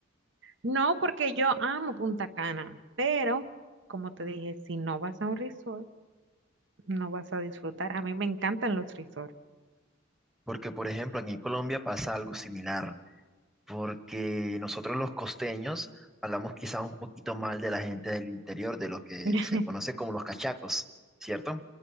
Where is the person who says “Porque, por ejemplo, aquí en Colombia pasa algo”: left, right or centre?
Centre